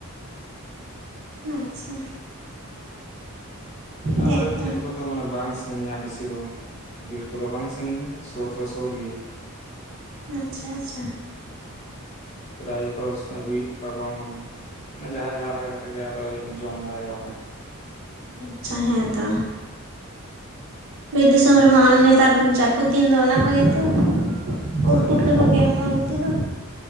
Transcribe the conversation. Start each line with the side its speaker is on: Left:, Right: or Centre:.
Right: ᱟᱪᱪᱷᱟ᱾
Left: ᱟᱞᱮ
Right: ᱦᱮᱸᱛᱚ
Left: ᱴᱷᱮᱡ ᱠᱚᱫᱚ ᱢᱟᱱᱮ ᱵᱟᱝ ᱥᱟᱺᱜᱤᱧᱟ ᱵᱮᱥᱤ ᱫᱚ ᱵᱤᱨ ᱠᱚᱫᱚ ᱵᱟᱝ ᱥᱟᱺᱜᱤᱧᱟ ᱥᱩᱨ ᱫᱚ ᱥᱩᱨ ᱜᱮᱭᱟ᱾
Right: ᱟᱪᱪᱷᱟ ᱟᱪᱪᱷᱟ᱾
Left: ᱯᱨᱟᱭ ᱜᱮᱠᱚ ᱟᱹᱜᱩᱭᱮᱫ ᱠᱚᱣᱟ ᱠᱚ ᱢᱟᱱᱮ᱾ ᱢᱟᱱᱮ ᱡᱟᱦᱟᱸᱭ ᱡᱟᱦᱟᱸ ᱞᱮᱠᱟ ᱠᱟᱛᱮ ᱜᱮ ᱟᱫᱚᱭ ᱡᱚᱢ ᱫᱟᱲᱮᱭᱟᱠᱚ ᱠᱟᱱᱟᱭ᱾
Right: ᱟᱪᱪᱷᱟ ᱦᱮᱸᱛᱚ᱾ ᱵᱤᱨ ᱫᱤᱥᱚᱢ ᱨᱮᱢᱟ ᱟᱨ ᱱᱮᱛᱟᱨ ᱫᱤᱱ ᱡᱟᱹᱯᱩᱫ ᱫᱤᱱ ᱫᱚ ᱚᱱᱟ ᱠᱚᱜᱮ ᱛᱚ᱾
Left: ᱦᱳᱭ
Right: ᱩᱫ, ᱯᱩᱴᱠᱟᱹ ᱠᱚᱜᱮ ᱚᱢᱚᱱ ᱩᱛᱩ ᱫᱚ᱾